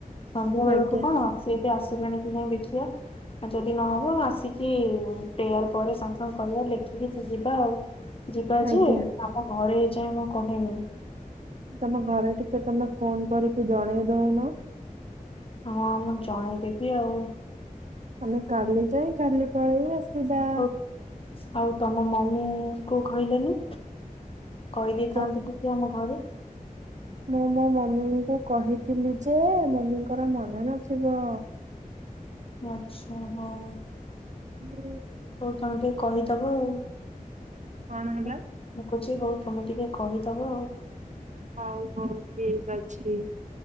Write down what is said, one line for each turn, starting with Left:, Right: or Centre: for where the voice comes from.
Left: ସନ୍ଧ୍ୟା ବେଳକୁ
Right: ଆଜ୍ଞା
Left: କଣ। ସିଏ ଏବେ ଆସିଲାଣି କି ନାଇଁ ଦେଖିବା। ଆ ଯଦି ନହବ ଆସିକି ପେୟାର ପରେ ସାଙ୍ଗ ସାଙ୍ଗ କହିବା ଲେଖିକି ଯି ଯିବା ଆଉ। ଯିବା
Right: ଆଜ୍ଞା
Left: ଯେ ଆମ ଘରେ ଏ ଯାଏଁ ମୁଁ କହିନି।
Right: ତମ ଘରେ ଟିକେ ତମେ ଫୋନ କରିକି ଜଣେଇ ଦଉନ।
Left: ହଁ ମୁଁ ଜଣେଇଦେବି ଆଉ।
Right: ଆମେ କାଲି ଯାଇ କାଲି ପଳେଇ ଆସିବା।
Left: ଆଉ ଆଉ ତମ ମମି ଙ୍କୁ କହିଲନି କହିଦେଇଥାନ୍ତୁ
Right: ତ
Left: ଟି ଯେ ଆମ ଘରେ।
Right: ମୁଁ ମୋ ମମିଙ୍କୁ କହିଥିଲି ଯେ ମମିଙ୍କର ମନେ ନଥିବ।
Left: ଆଚ୍ଛା ହଉ।
Right: ହୁଁ
Left: ହଉ ତମେ ଟିକେ କହିଦବ ଆଉ।
Right: କଣ ହେଲା
Left: ମୁଁ କହୁଛି ହଉ ତମେ ଟିକେ କହିଦବ ଆଉ।
Right: ହଉ ହଉ ଠିକ ଅଛି।